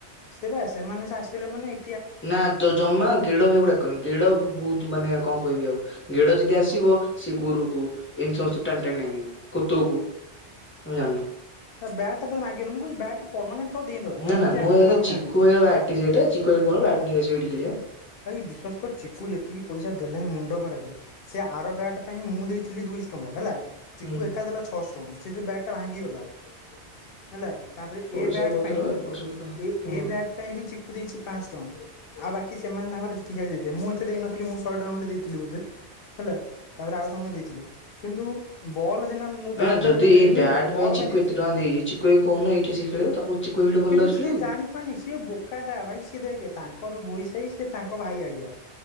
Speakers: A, on the left; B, on the left.
A: ସେଇ ବା ସେମାନେ ସେ ଆସିଲେ ମାନେ ଏ
B: ନା ଜ ଜମା ଗେଡ ଭାଇକୁ ଡାକନି ଗେଡ ବହୁତ ମାନେ କଣ କହିବି ଆଉ ଗେଡ଼ ଯଦି ଆସିବ ସେ ଗୋରୁକୁ ଏମିତି ସମସ୍ତ ଙ୍କୁ ଟାଣି ଟାଣି ଆଣିବ କୋତକୁ ତୁମେ ଜାଣିନ
A: ବ୍ୟାଟ ଟା ତାର ମାଗିବାନି ମୁଁ କହୁଛି ବ୍ୟାଟ ଟା ପରମାନେଣ୍ଟ ଦେଇଦେବା
B: ନା
A: ଆଉ
B: ନା
A: କିଛି
B: ମୋ
A: ଆମେ
B: କହିବା କଥା
A: ଆଉ ଗୋଟେ
B: ଚିକୁ
A: ଆଣିବା।
B: <unintelligible> ଚିକୁ ଭାଇ କୁ କହୁନ ବ୍ୟାଟ ନେଇକି ଆସିବେ ଏଠି ଖେଳିବା।
A: ଭାଇ ବିଶ୍ଵାସ କର ଚିକୁ ଯେତିକି ପଇସା ଦେଲାଣି ମୁଣ୍ଡ ଖରାପ। ସେ ଆର ବ୍ୟାଟ ପାଇଁ ମୁଁ ଦେଇଥିଲି ଦୁଇଶହ ଟଙ୍କା ହେଲା। ଚିକୁ
B: ହୁଁ।
A: ଏକା ଦେଲା ଛଅଶହ ଟଙ୍କା ସେ ଯୋଉ ବ୍ୟାଟ ଟା ଭାଙ୍ଗିଗଲା। ହେଲା ତାପରେ
B: ପଇସା
A: ଏ ବ୍ୟାଟ
B: ପତ୍ର
A: ପାଇଁ
B: ଏପଟ ସେପଟ
A: ଏ
B: ହୁଁ
A: ଏ ବ୍ୟାଟ ପାଇଁ ବି ଚିକୁ ଦେଇଛି ପାଆଁସ ଟଙ୍କା ଆଉ ବାକି କି ସେମାନେ ତାଙ୍କର ଯ ଦେଇଥିଲେ ମୁଁ ଏତେ ଦେଇ ନଥିଲି ମୁଁ ଦେଇଥିଲି ବୋଧେ ହେଲା। ତାପରେ ଆଉ ସମୟ ଦେଇଥିଲେ କିନ୍ତୁ ବଲ୍ ସିନା ମୁଁ
B: ହଁ
A: ବ୍ୟାଟ୍ ପାଇଁ
B: ଯଦି
A: ସିନା
B: ଏଇ
A: ଦେଲିନି
B: ବ୍ୟାଟ୍
A: କି ବଲ୍
B: ପାଇଁ ଚିକୁ
A: ଦେଇଥିଲି
B: ଏତେ ଟଙ୍କା ଦେଇଛି ଚିକୁ କହୁନ ଏଇଠି ସି ଖେଳିବ ତାକୁ ଚିକୁ ଭାଇ କୁ ଭଲ
A: କିନ୍ତୁ
B: ଲାଗୁଛି
A: ସିଏ
B: ଖେଳିବାକୁ।
A: ଜାଣିପାରୁନି ସିଏ ବୋକାଟା ଭାଇ ସିଏ ଦେଖ୍ ତାଙ୍କର ପଇସା ସେଇ ସେ ତାଙ୍କ ଭାଇ ଆଳିଆ